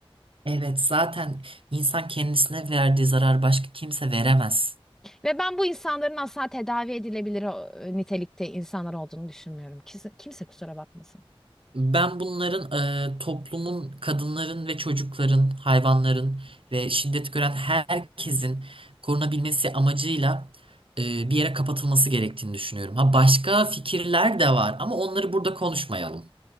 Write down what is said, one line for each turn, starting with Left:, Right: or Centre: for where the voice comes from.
Right: Evet, zaten insan kendisine verdiği zarar başka kimse veremez.
Centre: Ve ben bu insanların asla tedavi edilebilir o- e, nitelikte insanlar olduğunu düşünmüyorum. Kimse, kimse kusura bakmasın.
Right: Ben bunların e, toplumun, kadınların ve çocukların, hayvanların ve şiddet gören herkesin korunabilmesi amacıyla e, bir yere kapatılması gerektiğini düşünüyorum. Ha başka fikirler de var ama onları burada konuşmayalım.